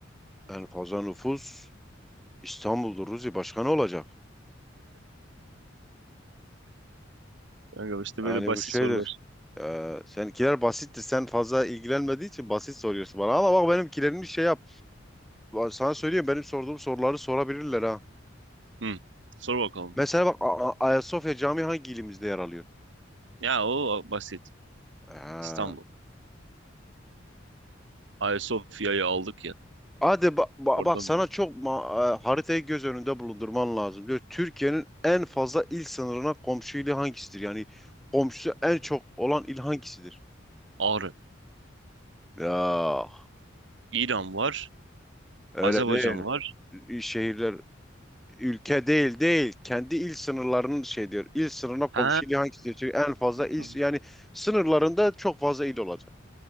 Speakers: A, in the centre; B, on the right.
A: en fazla nüfus İstanbul'dur Ruzi. Başka ne olacak?
B: Kanka işte
A: Yani
B: böyle basit
A: bu şeydir.
B: sorular.
A: Eee seninkiler basittir. Sen fazla ilgilenmediği için basit soruyorsun bana. Ama bak benimkilerini şey yap. Sana söyleyeyim benim sorduğum soruları sorabilirler ha.
B: Hı. Sor bakalım.
A: Mesela bak A- A- Ayasofya Camii hangi ilimizde yer alıyor?
B: Ya o basit.
A: Ha.
B: İstanbul. Ayasofya'yı aldık ya.
A: Hadi ba- ba-
B: Oradan
A: bak sana
B: böyle.
A: çok ma- e, haritayı göz önünde bulundurman lazım. Diyor Türkiye'nin en fazla il sınırına komşu ili hangisidir? Yani komşusu en çok olan il hangisidir?
B: Ağrı.
A: Ya
B: İran var.
A: öyle
B: Azerbaycan
A: değil.
B: var.
A: İ- Şehirler ülke değil değil. Kendi il sınırlarının şey diyor. İl sınırına komşu
B: He.
A: ili hangisidir? Çünkü en fazla il
B: Tamam.
A: yani sınırlarında çok fazla il olacak.